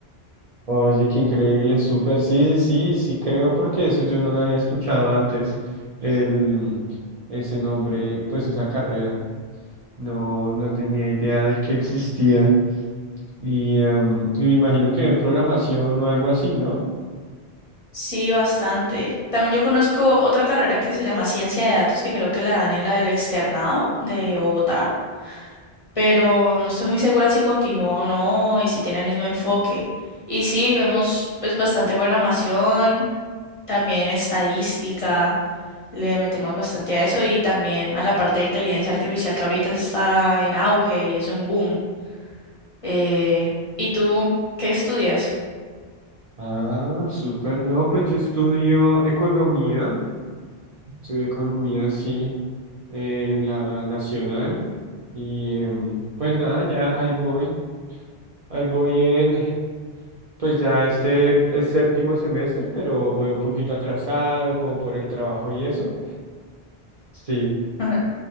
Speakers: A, on the right; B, on the left.
A: Oye, qué increíble, súper. Sí, sí, sí, sí creo porque eso yo no lo había escuchado antes. El, ese nombre, pues esa carrera. No, no tenía idea de que existía. Y, em, y me imagino que en programación o algo así, ¿no?
B: Sí, bastante. También yo conozco otra carrera que se llama Ciencia de Datos, que creo que la dan en la del Externado de Bogotá. pero no estoy muy segura si continúa o no y si tiene el mismo enfoque. Y sí, vemos pues bastante programación, también estadística, le metemos bastante a eso y también a la parte de inteligencia artificial que ahorita está en auge y es un boom. Eh, ¿y tú qué estudias?
A: Ah, súper. No, pues yo estudio economía. Estudio economía, sí, en la nacional. Y em, pues nada, ya ahí voy. Ahí voy en, Pues ya este es séptimo semestre, pero voy un poquito atrasado, como por el trabajo y eso. Sí,
B: Ujú.